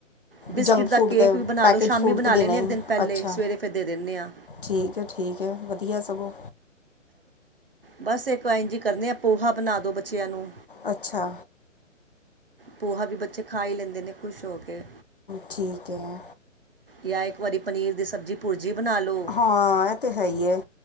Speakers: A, on the right (about 45°); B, on the left (about 45°).
A: ਬਿਸਕਿਟ
B: ਜੰਕ ਫੂਡ
A: ਦਾ ਕੇਕ
B: ਤੇ
A: ਵੀ ਬਣਾ
B: ਪੈਕੇਟ
A: ਲਉ, ਸ਼ਾਮੀ
B: ਫੂਡ
A: ਬਣਾ
B: ਤੇ ਦੇਣਾ
A: ਲੈਂਦੇ
B: ਹੀ
A: ਹਾਂ ਇੱਕ ਦਿਨ ਪਹਿਲੇ,
B: ਅੱਛਾ
A: ਸਵੇਰੇ ਫਿਰ ਦੇ ਦਿੰਦੇ ਆਂ
B: ਠੀਕ ਹੈ -ਠੀਕ ਹੈ ਵਧੀਆ ਸਗੋਂ।
A: ਬਸ ਇੱਕ ਇੰਜੀ ਕਰਦੇ ਆ ਪੋਹਾ ਬਣਾ ਦੋ ਬੱਚਿਆਂ ਨੂੰ।
B: ਅੱਛਾ।
A: ਪੋਹਾ ਵੀ ਬੱਚੇ ਖਾ ਹੀ ਲੈਂਦੇ ਨੇ ਖੁਸ਼ ਹੋ ਕੇ।
B: ਠੀਕ ਹੈ।
A: ਜਾਂ ਇੱਕ ਵਾਰੀ ਪਨੀਰ ਦੀ ਸਬਜ਼ੀ ਭੁਰਜੀ ਬਣਾ ਲਉ।
B: ਹਾਂ ਇਹ ਤਾਂ ਹੈ ਹੀ ਏ।